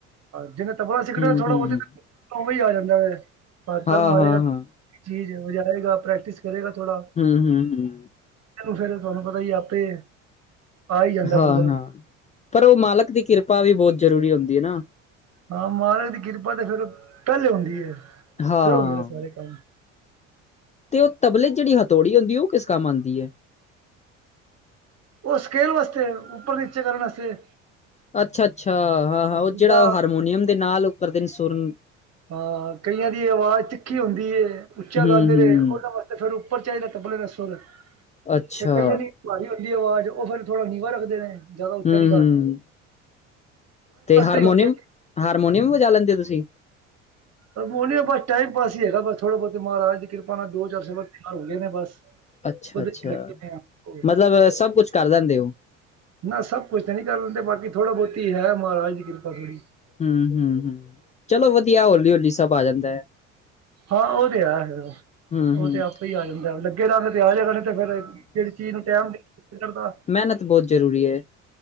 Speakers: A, on the right; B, on the left.
A: ਜਿਨੇ ਤਬਲਾਾ ਸਿਖਣਾ
B: ਹੂੰ-ਹੂੰ,
A: ਥੌੜਾ-ਬੋਤੀ ਤੇ ਉਹ ਵੇ ਹੀ ਆ ਜਾਂਦਾ ਵੇ ਹ਼ੱਥ-ਪੈਰ
B: ਹਾਂ-ਹਾਂ-ਹਾਂ,
A: ਮਾਰੇਗਾ ਚੀਜ਼ ਵਜਾਰੇਗਾ ਪ੍ਰੈਕਟਿਸ ਕਰੇਗਾ ਥੋੜਾ
B: ਹੂੰ-ਹੂੰ-ਹੂੰ।
A: ਫੇਰ ਤੁਹਾਨੂੰ ਪਤਾ ਹੀ ਆਪੇ। ਆ ਹੀ ਜਾਂਦਾ
B: ਹਾਂ-ਹਾਂ
A: ਬੰਦੇ ਨੂੰ
B: ਪਰ ਉਹ ਮਾਲਕ ਦੀ ਕਿਰਪਾ ਵੀ ਬਹੁਤ ਜ਼ਰੂਰੀ ਹੁੰਦੀ ਏ ਨਾ।
A: ਹਾਂ ਮਹਾਰਾਜ ਦੀ ਕਿਰਪਾ ਤਾਂ ਫੇਰ ਪਹਿਲੇ ਹੁੰਦੀ ਏ
B: ਹਾਂ।
A: ਫਿਰ ਹੁੰਦੇ ਨੇ ਸਾਰੇ ਕੰਮ।
B: ਤੇ ਉਹ ਤਬਲੇ ਚ ਜਿਹੜੀ ਹਥੌੜੀ ਹੁੰਦੀ ਏ ਉਹ ਕਿਸ ਕੰਮ ਆਂਦੀ ਏ?
A: ਉਹ ਸਕੇੇਲ ਵਸਤੇ ਉੱਪਰ-ਨੀਚੇ ਕਰਨ ਵਾਸਤੇ‌
B: ਅੱਛਾ-ਅੱਛਾ ਹਾਂ-ਹਾਂ ਉਹ
A: ਜਿੱਦਾਂ
B: ਜਿਹੜਾ ਹੱਰਮੋਨੀਅਮ ਦੇ ਨਾਲ ਉਹ ਕਰਦੇ ਨੇ ਸੁਰ ਨੂੰ
A: ਹਾਂ ਕਈਆਂ ਦੀ ਆਵਾਜ਼ ਤਿੱਖੀ ਹੁੰਦੀ ਏ ਉੱਚਾ
B: ਹੂੰ-ਹੂੰ,
A: ਗਾਂਦੇ ਨੇ ਉਹਨਾਂ ਵਾਸਤੇ। ਤੇ ਫੇਰ ਉੱਪਰ ਚਾਹੀਦਾ ਤਬਲੇ ਦਾ ਸੁਰ ਫਿਰ
B: ਅੱਛਾ,
A: ਕਈਆਂ ਨੇ ਭਾਰੀ ਹੁੰਦੀ ਆਵਾਜ਼ ਉਹ ਫੇਰ ਥੋੜਾ ਨੀਵਾਂ ਰੱਖਦੇ ਨੇ ਜਿਆਦਾ ਉੱਚਾ
B: ਹੂੰ-ਹੂੰ
A: ਨੀ ਕਰ
B: ਤੇ ਹੱਰਮੋਨੀਅਮ,
A: ਹੀ ਹੁੰਦੀ ਹੈ ਕਿ
B: ਹਾਰਮੋਨੀਅਮ ਵੀ ਵਜਾ ਲੈਂਦੇ ਹੋ ਤੁਸੀਂ।
A: ਹਰਮੋਨਿਅਮ ਬਸ ਟਾਈਮ ਪਾਸ ਹੀ ਹੈਗਾ ਬਸ ਥੋੜਾ ਬਹੁਤੇ ਮਹਾਰਾਜ ਦੀ ਕਿਰਪਾ ਨਾਲ ਦੋ ਚਾਰ ਸੁਰਾ ਤਿਆਰ ਹੋ ਗਏ ਨੇ ਬਸ।
B: ਅੱਛਾ-ਅੱਛਾ
A: ਉਹਦੇ ਚ ਹੀ ਲੱਗੇ ਨੇ ਆ ਹੋਰ
B: ਮਤਲਬ ਸਭ ਕੁਛ ਕਰ ਲੈੰਦੇ ਹੋ।
A: ਨਾ ਸਭ-ਕੁਛ ਤਾਂ ਨਹੀਂ ਕਰ ਲੈਂਦੇ ਬਾਕੀ ਥੋੜਾ ਬਹੁਤੀ ਹੈ ਮਹਾਰਾਜ ਦੀ ਕਿਰਪਾ ਥੋੜ੍ਹੀ
B: ਹੂੰ-ਹੂੰ-ਹੂੰ ਚਲੋ ਵਧੀਆ ਹੌਲੀ-ਹੌਲੀ ਸਭ ਆ ਜਾਂਦਾ।
A: ਹਾਂ ਉਹ ਤੇ ਆਜੇਗਾ।
B: ਹੂੰ-ਹੂੰ,
A: ਉਹ ਤੇ ਆਪੇ ਹੀ ਆ ਜਾਂਦਾ ਲੱਗੇ ਰਹਿੰਗਾ ਤੇ ਆ ਜੇਗਾ ਤੇ ਫੇਰ ਜਿਹੜੀ ਚੀਜ਼ ਨੂੰ ਟੈਮ ਨੀ ਲਗਦਾ
B: ਮਿਹਨਤ ਬਹੁਤ ਜ਼ਰੂਰੀ ਐ।